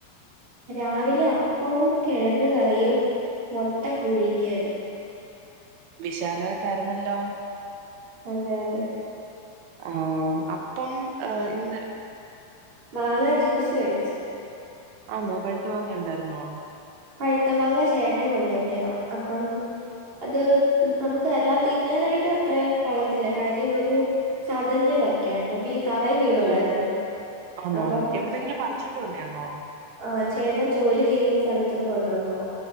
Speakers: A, on the right; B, on the right.
A: രാവിലെ അപ്പവും കിഴങ്ങ് കറിയും. മൊട്ട പുഴിങ്ങിയതും.
B: വിശാലവട്ടായിര്ന്നല്ലോ
A: അതെ യതെ
B: ആഹ് അപ്പം ഏഹ് ഇന്ന്
A: മാങ്ങാ ജ്യൂസു അടിച്ചു.
B: ആന്നോ പഴുത്ത മാങ്ങായുണ്ടായിരുന്നോ?
A: പഴുത്തമാങ്ങ ചേട്ടൻ കൊണ്ടുവന്നയാ അപ്പം അത് നമക്ക് അല്ലാ തിന്നാനായിട്ട് അത്ര കൊള്ളത്തില്ല കാര്യം ഒരു ചതഞ്ഞതാ ക്യാട്ടും ഈ തറേ വീണതായിരുന്നു
B: ഒയ് ആന്നോ
A: അപ്പം
B: എവിടന്നെങ്കിലും പറിച്ചോണ്ട് വന്നയാന്നോ
A: ആഹ് ചേട്ടാൻ ജോലി ചെയ്യുന്ന സ്ഥലത്ത്ന്ന് കൊണ്ടുവന്നതാ.